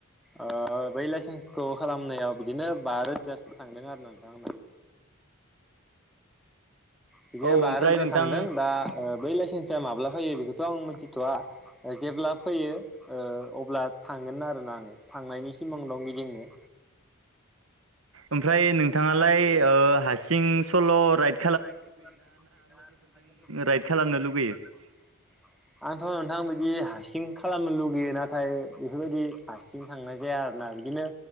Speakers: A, in the centre; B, on the right.
A: ओ बै लाइसेन्सखौ खालामनायाव बिदिनो बा रोजासो थांदों आरो नोंथां आंना बिदिनो
B: औ
A: बा
B: ओमफ्राय
A: रोजा
B: नोंथां
A: थांदों दा ओ बै लाइसेन्सा माब्ला फैयो बेखोथ' आं मिथिथ'आ ओ जेब्ला फैयो ओ अब्ला थांगोन आरोना आङो थांनायनि सिमां दं गिदिंनो
B: ओमफ्राय नोंथाङालाय ओ हाससिं सल' राइट
A: <unintelligible>
B: राइड खालामनो लुगैयो <unintelligible>
A: आंथ' नोंथां बिदि हासिं खालामनो लुगैयो नाथाय बेफोरबायदि हासिं थांनाय जाया आरो ना बिदिनो